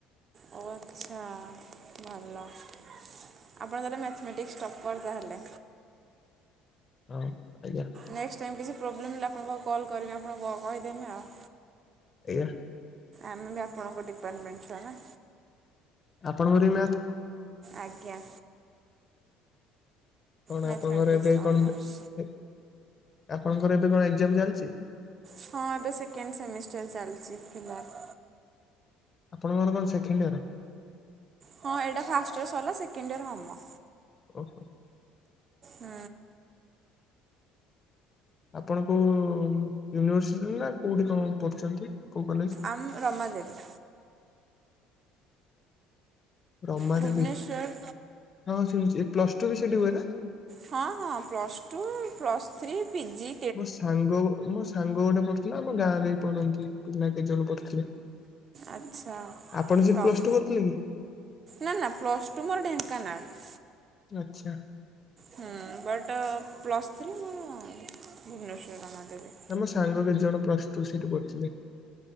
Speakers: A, on the right; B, on the left.
A: ଓ ଆଚ୍ଛା ଭଲ। ଆପଣ ତାହାଲେ ମ୍ୟାଥମେଟିକ୍ସ ଟପର୍ ତାହେଲେ।
B: ହଁ ଆଜ୍ଞା।
A: ନେକ୍ସଟ୍ ଟାଇମ୍ କିଛି ପ୍ରୋବ୍ଲେମ୍ ହେଲେ ଆପଣ ପାଖକୁ କଲ୍ କରିବି ଆପଣ କହିଦେମେ ଆଉ।
B: <unintelligible>
A: ଆମେ ବି ଆପଣଙ୍କ ଡିପାର୍ଟମେଣ୍ଟ ଛୁଆ ନା।
B: ଆପଣଙ୍କର ବି ମ୍ୟାଥ?
A: ଆଜ୍ଞା।
B: କଣ
A: ମ୍ୟାଥମେଟିକ୍ସ
B: ଆପଣଙ୍କର ଏବେ
A: ଅନର୍ସ
B: କଣ ଆପଣଙ୍କର ଏବେ କଣ ଏକ୍ଜାମ୍ ଚାଲିଚି?
A: ହଁ ଏବେ ସେକେଣ୍ଡ ସେମିଷ୍ଟର ଚାଲିଚି ଫିଲାଲ୍।
B: ଆପଣଙ୍କର କଣ ସେକେଣ୍ଡ୍ ଇୟର୍?
A: ହଁ ଏଇଟା ଫାଷ୍ଟ ଇୟର ସରିଲା ସେକେଣ୍ଡ୍ ଇୟର ହମ।
B: <inaudible>
A: ହୁଁ।
B: ଆପଣ କୋଉ ୟୁନିଭର୍ସିଟିରେ ନା କୋଉଠି କଣ ପଢ଼ୁଛନ୍ତି କୋଉ କଲେଜ୍?
A: ଆମ ରମା ଦେବୀ।
B: ରମାଦେବୀ
A: ଭୁବନେଶ୍ୱର।
B: ହଁ ଶୁଣିଛି ପ୍ଲସ ଟୁ ବି ସେଠି ହୁଏ ନା?
A: ହଁ ହଁ plus two, plus three, PG
B: ମୋ ସାଙ୍ଗ ମୋ ସାଙ୍ଗ ଗୋଟେ ପଢୁଥିଲା। ଆମ ଗାଁରେ ବି ପଢନ୍ତି ପିଲା କେତେ ଜଣ ପଢୁଥିଲେ।
A: ଆଚ୍ଛା
B: ଆପଣ ସେଠି
A: ରମ୍
B: ପ୍ଲସ ଟୁ କରୁଥିଲେ କି?
A: ନା ନା ପ୍ଲସ୍ ଟୁ ମୋର ଢେଙ୍କାନାଳ।
B: ଆଚ୍ଛା।
A: ହୁଁ। ବଟ୍ ପ୍ଲସ୍ ଥ୍ରୀ ମୁଁ ଭୁବନେଶ୍ୱର ରମା ଦେବୀ।
B: ମୋ ସାଙ୍ଗ କେତେ ଜଣ ପ୍ଲସ ଟୁ ସେଇଠି କରୁଥିଲେ।